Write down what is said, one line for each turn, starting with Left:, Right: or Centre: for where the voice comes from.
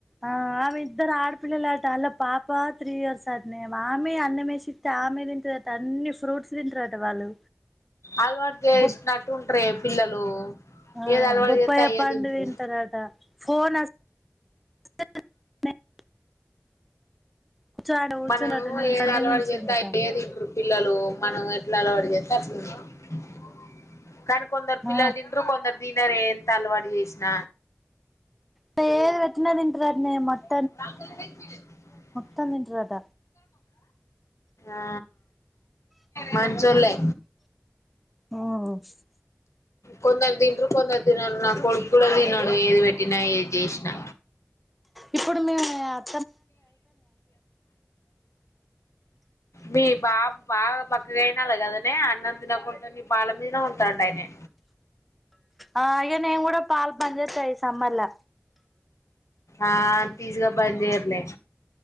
Centre: అ ఇద్దరు అడ పిల్లలాట ఆల్ల పాప త్రీ ఇయర్స్ అట్నే ఆమె అన్నమేసి ఇత్తే ఆమె తింటారుట అన్ని ఫ్రూట్స్ తింటారట వాళ్ళు
Left: అలవాటు చేసినట్టు
Centre: బొప్
Left: ఉంటరే పిల్లలు
Centre: ఆ
Left: ఏది అలవాటు
Centre: బొప్పాయ్య
Left: చేత్తే అయ్యే
Centre: పండు
Left: తింటరు
Centre: తింటరట ఫోన్ వస్ <inaudible> కూర్చోంటే కూర్చుండట
Left: మనం
Centre: నిల్చంటే
Left: ఏది అలవాటు
Centre: నిల్చుండట
Left: చెత్తే అయ్యే తింట్రు పిల్లలు మనం ఎట్లా అలవాటు చేస్ <unintelligible> కానీ కొందరు పిల్లలు
Centre: ఆ
Left: తింట్రు కొందరు తినరే ఎంత అలవాటు చేసిన
Centre: టే అట్నే తింట్రు అట్నే మాట్
Left: <inaudible>
Centre: టన్ తింటరట
Left: ఆ మంచోల్లే
Centre: మ్మ్
Left: కొందరు తింట్రు కొందరు తినరు నా కొడుకు కూడా తినడు ఏది పెట్టినా ఏది చేసినా
Centre: ఇప్పుడు మేము టేర్
Left: మీ బాబు బాగా బక్కగా అయినాడు కదనే అన్నం తినకుంటా నే పాల మీదనే ఉంటండు ఆయనే
Centre: ఆ ఇగ నేను కూడా పాలు బంద్ చేస్తా ఈ సమ్మర్ ల
Left: ఆ అంత ఈసీగా బంద్జేయర్లే